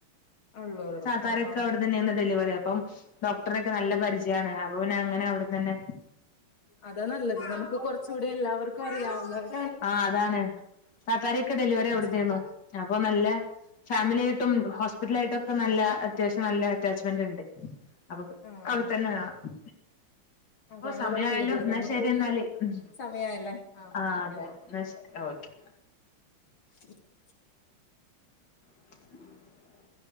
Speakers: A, on the left (about 80°); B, on the left (about 60°).
A: ഉള്ളൂ ഉള്ളൂ
B: താത്താരൊക്കെ
A: ആഹ് ആഹ്
B: അവിടെ തന്നേന്ന് ഡെലിവറി അപ്പം ഡോക്ടറെക്കെ നല്ല പരിചയാണ് അ അങ്ങനെ അവിട തന്നെ
A: അതാ നല്ലത് നമുക്ക് കൊറച്ച് കൂടി എല്ലാവർക്കും അറിയാവുന്ന
B: ആഹ് അതാണ് താത്താരി ഒക്കെ ഡെലിവറി
A: കുറച്ച്
B: അവിട തീ ർന്നു അപ്പൊ നല്ല ഫാമിലി ആയിട്ടും ഹോസ്പിറ്റലാ യിട്ടൊക്കെ നല്ല അത്യാവശ്യം നല്ല അറ്റാച്ച്മെന്റ്ണ്ട് അപ്പം
A: ആഹ്
B: അവിടെത്തന്നെ ആണ്
A: അതാണല്ലോ
B: ഓഹ് സമയായല്ലോ
A: നല്ലത്
B: എന്നാ
A: നമുക്കും
B: ശരി എന്നാല് ഉം
A: സമയായല്ലേ
B: ആഹ്
A: ഓക്കെ എന്നാ
B: ന്നാ ശരി ഓക്കെ
A: <inaudible>
B: <inaudible>